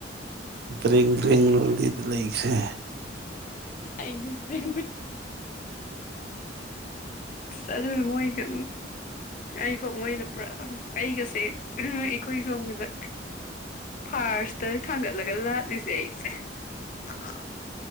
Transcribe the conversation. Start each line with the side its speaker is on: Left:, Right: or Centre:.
Right: ꯔꯤ ꯔꯤ ꯂ ꯑꯗꯨ ꯂꯩꯈ꯭ꯔꯦ
Left: ꯏꯪꯂꯤꯁ <unintelligible> ꯑꯗꯨꯅ ꯃꯣꯏꯒ ꯑꯩꯐꯥꯎ ꯃꯣꯏꯅ ꯄꯨꯔꯥ ꯑꯩꯒꯁꯦ ꯑꯩꯈꯣꯏ ꯁꯣꯝꯒꯤꯗ ꯐꯔꯁꯇ ꯊꯥꯡꯒꯠꯂꯒꯠ ꯂꯥꯂꯤꯁꯦ ꯑꯩꯁꯦ <unintelligible>